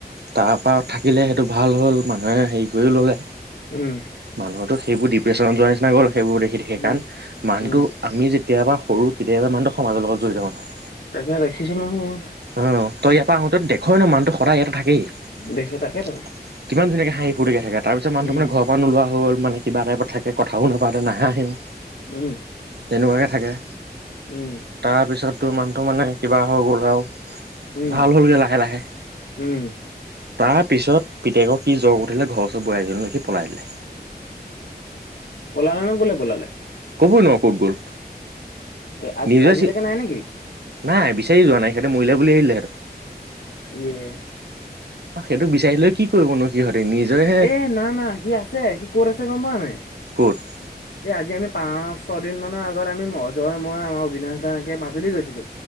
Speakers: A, on the right (about 75°); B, on the left (about 80°).
A: তাৰপৰা থাকিলে সেইটো ভাল হ'ল। মানুহে হেৰি কৰিও ল'লে।
B: উম,
A: মানুহটো সেই ডি্ৰেশ্যনত যোৱাৰ নিচিনা গ'ল। সেইবোৰ দেখি, দেখি
B: উম
A: কাৰণে, মনুহটো।
B: উম
A: আমি যেতিয়াবা, সৰু কেতিয়াবা মানুহটো সমাজৰ লগত জড়িত মানুহ।
B: তাকে, দেখিছো নহয়, মই।
A: অ, তই ইয়াৰ পৰা আহোতে দেখই ন, মানুহটো সদায় ইয়াটে থাকেই।
B: দেখে তাকেতো
A: কিমান ধুনীয়াকে হাঁহি ফুৰ্তিকে থাকে। তাৰ পিছ মানুহটো
B: উম
A: মানে ঘৰৰ পৰা নোলোৱা হ'ল মানে। কিবা তাইপত, কথা নাপাতে, নাহাহেও।
B: উম,
A: তেনেকুৱাকে থাকে।
B: উম,
A: তাৰপিছতটো মানুহটো মানে কিবা হৈ গ'ল, আৰু
B: উম
A: ভাল হ'লগৈ লাহে- লাহে।
B: উম,
A: তাৰপিছত পিতেক কি জক উঠিলে? ঘৰ-চৰ বোৱাৰ়ীজনীলৈ লিখি পলাই দিলে।
B: পলালে ন, ক'লে পলালে।
A: ক'বই নোৱাৰো ক'ত গ'ল?
B: এ, আজি,
A: নিজে
B: আজিলৈকে
A: চি
B: নাই নেকি?
A: নাই বিচাৰি যোৱা নাই, সেইতে মৰিলে বুলি এৰি দিলে সেইটো।
B: ইয়ে
A: অ, সেইটো বিচাৰিলৈ কি কৰিব নো, সিহঁতে নিজৰহে,
B: এ না না সি আছে সি ক'ত আছে গম পাৱ নাই
A: ক'ত?
B: এই, আজি আমি পাঁচ, ছদিন মানৰ আগত আমি অজয়, মই, আমাৰ অবিনাশ দা এনেকে মাজুলী গৈছিলো।